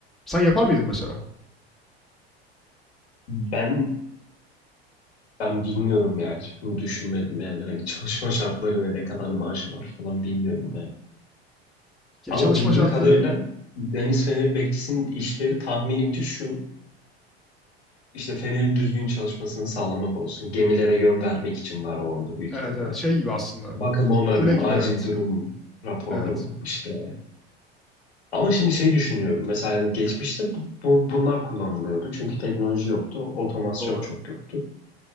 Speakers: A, in the centre; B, on the left (about 80°).
A: Sen yapar mıydın mesela?
B: Ben ben bilmiyorum ya. Hiç bunu düşünmedim yani. Hani çalışma şartları ne, ne kadar maaşı var falan bilmiyorum yani.
A: Ya
B: Ama
A: çalışma
B: bildiğim
A: şartları
B: kadarıyla Deniz Fener bekçisinin işleri tahminimce şu. İşte Fener'in düzgün çalışmasını sağlamak olsun. Gemilere yön vermek için var o orada büyük
A: evet
B: ihtimal.
A: evet şey gibi aslında.
B: Bakım onarım,
A: Kule gibi
B: acil
A: evet.
B: durum raporu,
A: Evet.
B: işte Ama şimdi şey düşünüyorum. Mesela hani geçmişte bu, bu- bunlar kullanılıyordu. Çünkü teknoloji yoktu. Otomasyon
A: Doğru.
B: çok yoktu.